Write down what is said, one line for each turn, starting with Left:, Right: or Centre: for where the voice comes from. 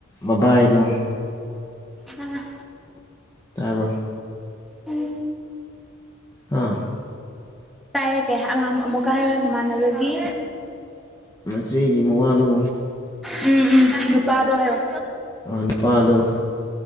Left: ꯃꯕꯥꯏꯗꯣ
Centre: ꯑ
Left: ꯇꯥꯔꯕ
Centre: ꯎꯝ
Left: ꯑꯥ
Centre: ꯇꯥꯏ ꯀꯩ ꯍꯥꯏ ꯑꯃꯨꯛꯀ ꯍꯥꯏꯌ ꯅꯃꯥꯟꯅꯕꯒꯤ
Left: ꯆꯦꯒꯤ ꯃꯋꯥꯗꯣ
Centre: ꯎꯝ ꯎꯝ ꯅꯨꯄꯥꯗꯣ ꯍꯥꯏꯌꯣ
Left: ꯅꯨꯄꯥꯗꯣ